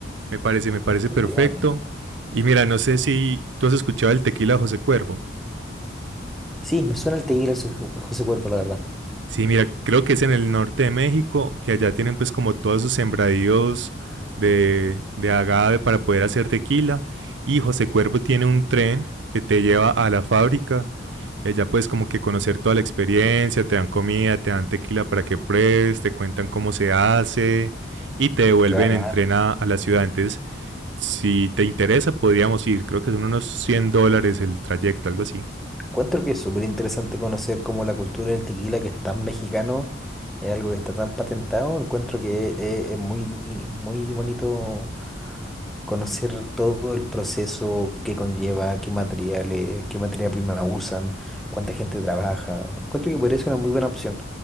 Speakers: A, on the right; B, in the centre.
A: Me parece, me parece perfecto.
B: Indudable.
A: Y mira, no sé si tú has escuchado el tequila de José Cuervo.
B: Sí, me suena el tequila José José Cuervo, la verdad.
A: Sí, mira, creo que es en el norte de México, que allá tienen pues como todos sus sembradíos de, de agave para poder hacer tequila. Y José Cuervo tiene un tren que te lleva a la fábrica y allá puedes como que conocer toda la experiencia, te dan comida, te dan tequila para que pruebes, te cuentan cómo se hace y te devuelven
B: Qué bacán.
A: en tren a, a la ciudad. Entonces, si te interesa, podríamos ir. Creo que son unos 100 dólares el trayecto, algo así.
B: Encuentro que es súper interesante conocer cómo la cultura del tequila, que es tan mexicano, es algo que está tan patentado. Encuentro que es, es muy, muy bonito conocer todo el proceso que conlleva, qué materiales, qué materia prima usan, cuánta gente trabaja. Encuentro que podría ser una muy buena opción.